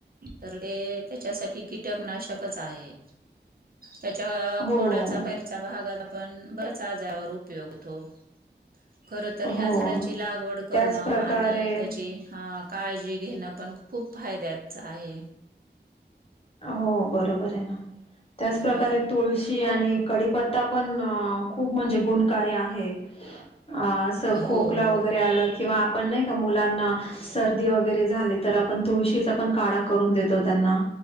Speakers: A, on the right (about 55°); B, on the left (about 30°).
A: तर ते त्याच्यासाठी कीटकनाशक, तच आहे, तेच्या
B: हो
A: खोडाचा <unintelligible> भागात पण बऱ्यांचं आजावर उपयोग हुतो. खर तर
B: हो
A: ह्या झाडाची लागवड करणं
B: त्याच प्रकारे
A: आणि ची हा काळजी घेणं पण खूप फायद्याच आहे.
B: हो बरोबर आहे ना त्याचं प्रकारे
A: हा
B: तुळशी आणि कडीपत्ता पण अं खूप म्हणजे गुणकार्य आहे. आसं खोकला
A: हो
B: वगरे आलं किंवा आप ण नाइ का मुलांना सर्दी वगरे झाली तर आपण तुळशीचा पण काढा करून देतो त्यांना